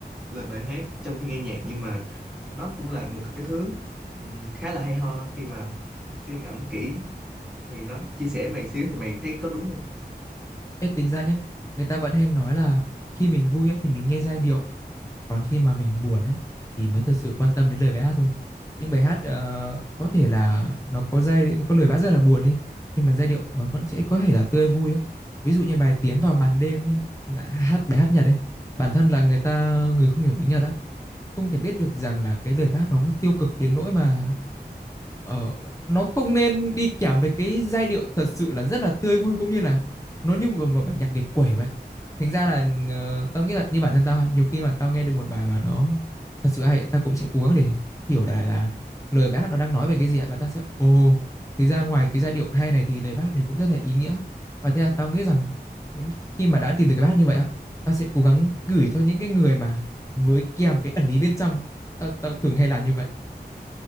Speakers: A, in the centre; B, on the left.
A: lời bài hát trong khi nghe nhạc nhưng mà nó cũng là một cái thứ ừm, khá là hay ho khi mà suy ngẫm kỹ thì nó chia sẻ mày xíu thì mày thấy có đúng không
B: em tính ra nhé người ta vẫn hay nói là khi mình vui á, thì mình nghe giai điệu Còn khi mà mình buồn ấy thì mới thật sự quan tâm đến lời bài hát thôi. Những bài hát ờ, có thể là nó có giai nó có lời bài hát rất là buồn đi, nhưng mà giai điệu nó vẫn sẽ có thể là tươi vui á. Ví dụ như bài Tiến vào màn đêm ấy, mà hát bài hát Nhật ấy, bản thân là người ta người không hiểu tiếng Nhật á không thể biết được rằng là cái lời bác nó tiêu cực đến nỗi mà ờ, nó không nên đi kèm với cái giai điệu thật sự là rất là tươi vui cũng như là nó như một, một bài nhạc điệp quẩy vậy thành ra là ờ, tao nghĩ là như bản thân tao nhiều khi mà tao nghe được một bài mà nó thật sự hay tao cũng sẽ cố gắng để hiểu là là lời bài hát nó đang nói về cái gì ạ và tao sẽ ồ thì ra ngoài cái giai điệu hay này thì lời bài hát này cũng rất là ý nghĩa và thế là tao nghĩ rằng những khi mà đã tìm được cái bài hát như vậy á tao sẽ cố gắng gửi cho những cái người mà với kèm cái ẩn ý bên trong tao tao thường hay làm như vậy